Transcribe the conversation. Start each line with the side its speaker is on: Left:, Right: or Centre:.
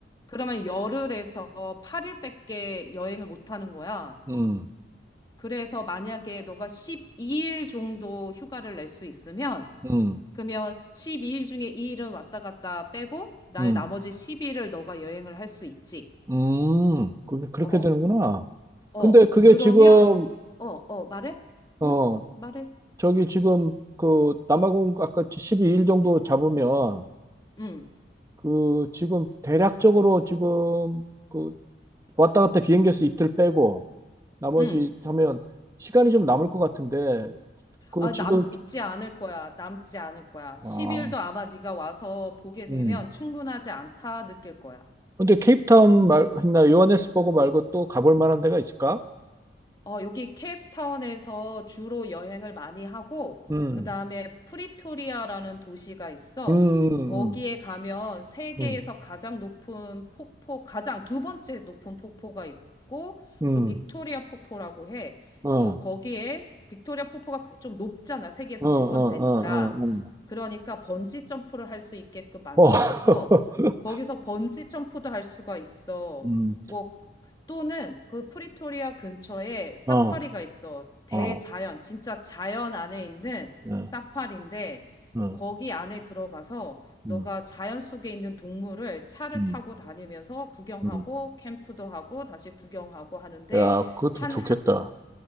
Left: 그러면 열흘에서 8일밖에 여행을 못 하는 거야.
Right: 음,
Left: 그래서 만약에 너가 12일 정도 휴가를 낼 수 있으면,
Right: 음,
Left: 그러면 12일 중에 이 일은 왔다 갔다 빼고, 나
Right: 음.
Left: 나머지 10일을 너가 여행을 할 수 있지.
Right: 음, 그게 그렇게
Left: 어,
Right: 되는구나.
Left: 어,
Right: 근데 그게
Left: 그러면,
Right: 지금,
Left: 어, 어, 말해?
Right: 어,
Left: 응? 말해?
Right: 저기 지금 그 남아공 아까 12일 정도 잡으면
Left: 응,
Right: 그 지금 대략적으로 지금 그 왔다 갔다 비행기에서 이틀 빼고 나머지
Left: 응.
Right: 하면 시간이 좀 남을 것 같은데 그
Left: 아,
Right: 지금,
Left: 남지 않을 거야. 남지 않을 거야.
Right: 아,
Left: 10일도 아마 네가 와서 보게 되면
Right: 음.
Left: 충분하지 않다 느낄 거야.
Right: 근데 케이프타운 말, 했나 요하네스버그 말고 또 가볼 만한 데가 있을까?
Left: 어, 여기 케이프타운에서 주로 여행을 많이 하고,
Right: 음,
Left: 그 다음에 프리토리아라는 도시가 있어.
Right: 음,
Left: 거기에
Right: 음,
Left: 가면 세계에서
Right: 음,
Left: 가장 높은 폭포, 가장 두 번째 높은 폭포가 있고,
Right: 음,
Left: 그 빅토리아 폭포라고 해.
Right: 음. 어, 어,
Left: 또 거기에 빅토리아 폭포가 좀 높잖아. 세계에서
Right: 어, 어,
Left: 두 번째니까.
Right: 어. 어.
Left: 그러니까 번지 점프를 할 수 있게끔 만들어
Right: 어, <laughs>
Left: 놔서 거기서 번지 점프도 할 수가 있어.
Right: 음,
Left: 뭐 또는 그 프리토리아 근처에 사파리가
Right: 어,
Left: 있어. 대자연,
Right: 어,
Left: 진짜 자연 안에 있는
Right: 예,
Left: 사파리인데
Right: 음,
Left: 거기 안에 들어가서
Right: 음,
Left: 너가 자연 속에 있는 동물을 차를
Right: 음,
Left: 타고 다니면서 구경하고
Right: 음.
Left: 캠프도 하고 다시 구경하고 하는데
Right: 야, 그것도
Left: 한,
Right: 좋겠다.